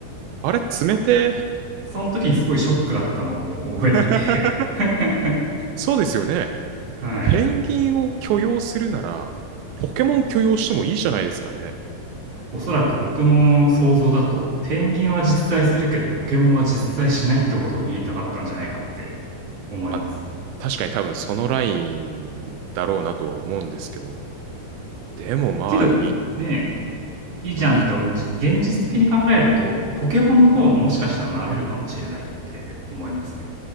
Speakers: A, on the right; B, on the right.
A: あれ冷てえ。
B: その時にすごいショックだったのを覚えてて
A: <laughs>
B: <laughs>
A: そうですよね。
B: はい。
A: ペンギンを許容するなら、ポケモン許容してもいいじゃないですかね。
B: おそらく僕の想像だと、ペンギンは実在するけど、ポケモンは実在しないってことを言いたかったんじゃないかって思います。
A: まあ、確かに多分そのラインだろうなとは思うんですけど。でもまあ、
B: けど、
A: に、
B: ねえ、いいじゃんって思うし、
A: に、
B: 現実的に考えると、ポケモンの方がもしかしたらなれるかもしれないって思いますね。